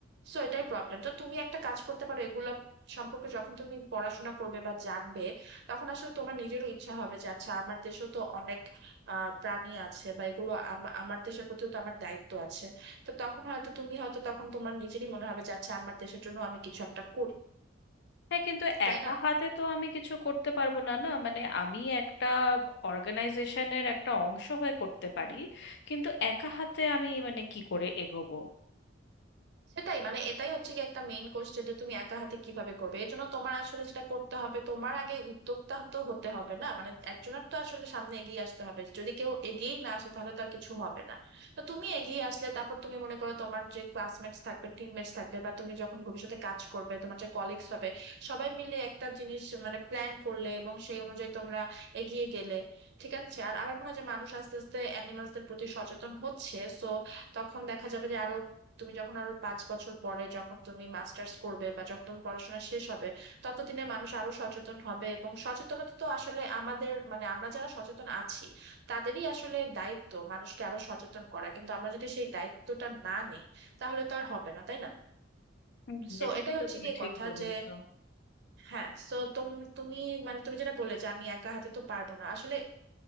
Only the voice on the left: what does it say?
হ্যাঁ কিন্তু
একা
হাতে তো আমি কিছু করতে পারবো না না মানে আমি একটা অর্গানাইজেশনের একটা অংশ হয়ে করতে পারি কিন্তু একা হাতে আমি মানে কি করে এগোবো
হুম
এটা
কিন্তু
তুমি
ঠিক
বলেছো